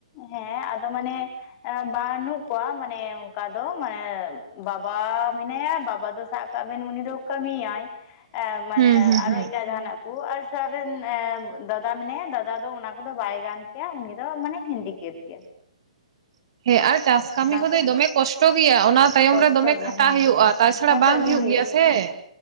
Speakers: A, on the left (about 30°); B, on the right (about 55°).
A: ᱦᱮᱸ ᱟᱫᱚ ᱢᱟᱱᱮ ᱵᱟᱱᱩᱜ ᱠᱚᱣᱟ ᱢᱟᱱᱮ ᱚᱱᱠᱟ ᱫᱚ ᱢᱟᱱᱮ ᱵᱟᱵᱟ ᱢᱮᱱᱟᱭᱟ ᱵᱟᱵᱟ ᱫᱚᱦᱟᱜ ᱥᱟᱜ ᱠᱟᱜ ᱵᱮᱱ ᱩᱱᱤ ᱫᱚ ᱠᱟᱢᱤᱭᱟᱭ ᱮ ᱢᱟᱱᱮ
B: ᱦᱩᱸ ᱦᱩᱸ
A: ᱟᱨᱚ
B: ᱦᱩᱸ
A: ᱮᱴᱟᱜ ᱡᱟᱦᱟᱱᱟᱜ ᱠᱩ ᱟᱨ ᱥᱟᱵᱮᱱ ᱫᱟᱫᱟ ᱢᱮᱱᱟᱭᱟ ᱫᱟᱫᱟ ᱫᱚ ᱚᱱᱟ ᱠᱚᱫᱚ ᱵᱟᱭ ᱜᱟᱱ ᱠᱮᱭᱟ ᱩᱱᱤ ᱫᱚ ᱢᱟᱱᱮ ᱦᱮᱱᱰᱤᱠᱮᱯ ᱜᱮᱭᱟ᱾
B: ᱦᱮᱸ ᱟᱨ ᱪᱟᱥ ᱠᱟᱢᱤ ᱦᱚᱸ
A: ᱠᱚ
B: ᱫᱟᱹᱭ ᱫᱚᱢᱮ ᱠᱚᱥᱴᱚ ᱜᱮᱭᱟ ᱚᱱᱟ ᱛᱟᱭᱚᱢ
A: ᱠᱚᱥᱴᱚ
B: ᱨᱮ ᱫᱚᱢᱮ
A: ᱜᱮᱭᱟ
B: ᱠᱷᱟᱴᱟᱜ
A: ᱦᱮᱸ
B: ᱦᱳᱭᱩᱜᱼᱟ ᱛᱟᱪᱷᱟᱲᱟ
A: ᱠᱷᱟᱴᱟᱜ
B: ᱵᱟᱝ
A: ᱜᱮ
B: ᱦᱩᱭᱩᱜ
A: ᱦᱩᱭᱩᱜᱼᱟ
B: ᱜᱮᱭᱟ ᱥᱮ ᱾